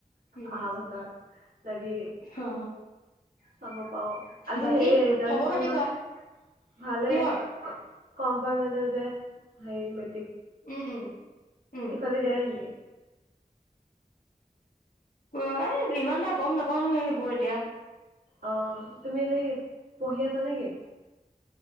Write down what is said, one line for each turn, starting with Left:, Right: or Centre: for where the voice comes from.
Left: উম,
Right: অহা
Left: উম,
Right: বছৰ যদি
Left: অ
Right: চাব পাওঁ আজি
Left: বাকী
Right: হেৰি ৰিজাল্ট
Left: খবৰ
Right: দিছিল
Left: খাতি
Right: নহয়
Left: কোৱা
Right: ভালে।
Left: কিহৰ?
Right: কমপাৰট মেন্টেল যে। হেৰি মে
Left: উম, উম। উম
Right: এইফালে জানে নেকি?
Left: উম, এ ইমান এটা গম নাপাওঁ নহয় সেইবোৰ এতিয়া।
Right: অ' তুমি এনেই পঢ়ি আছা নে কি?